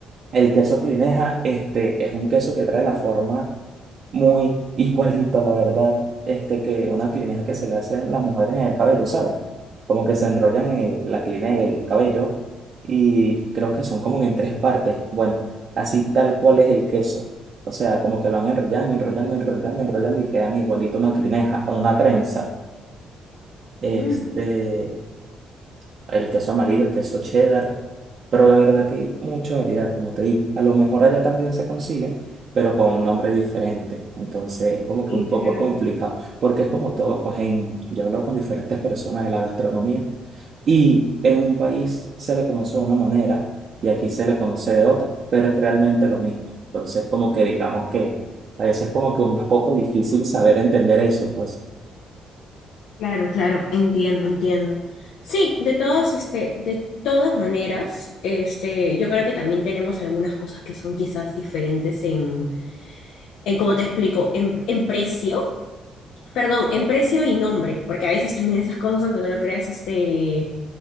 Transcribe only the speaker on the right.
El queso clineja, este, es un queso que trae la forma muy igualito, la verdad, este, que una clineja que se le hacen las mujeres en el cabello, ¿sabes? Como que se enrollan en la clineja el cabello y creo que son como en tres partes. Bueno, así tal cual es el queso. O sea, como que lo van enrollando, enrollando, enrollando, enrollando y quedan igualito a una clineja, a una trenza. Este,
el queso amarillo, el queso cheddar, pero la verdad que hay mucha variedad, como te digo. A lo mejor allá también se consiguen, pero con un nombre diferente. Entonces es como que
un poco
complicado, porque es como todo, pues en, yo he hablado con diferentes personas de la gastronomía y en un país se le conoce de una manera y aquí se le conoce de otra, pero es realmente lo mismo. Entonces como que digamos que a veces es como que un poco difícil saber entender eso, pues